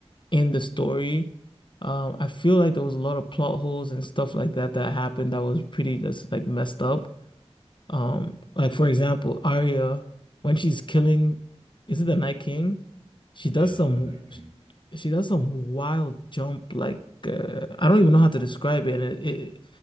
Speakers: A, on the left; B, on the right.
A: in the story. Um, I feel like there was a lot of plot holes and stuff like that that happened that was pretty just like messed up. Um, like for example, Arya when she's killing is it the Night King? She does
B: Yeah,
A: some
B: The Night King.
A: she does some wild jump like uh, I don't even know how to describe it. And it, it